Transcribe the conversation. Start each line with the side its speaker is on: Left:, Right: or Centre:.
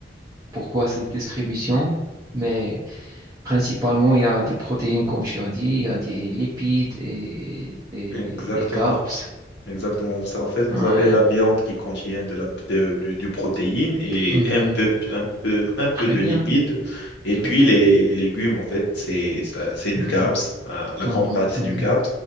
Right: pourquoi cette distribution, mais principalement, il y a des protéines, comme tu as dit, il y a des lipides et des,
Left: Exactement.
Right: des, des carbs.
Left: Exactement ça. En fait, vous
Right: Ouais.
Left: avez la viande qui contient de la, de- du, du protéine et
Right: Mhm.
Left: un peu, un peu, un peu
Right: Très
Left: de
Right: bien,
Left: lipides. Et
Right: très
Left: puis
Right: bien.
Left: les, les légumes, en fait, c'est, ça- c'est du
Right: Mhm.
Left: carbs. Euh, La
Right: Mhm.
Left: grande partie, c'est
Right: Mhm.
Left: du carbs.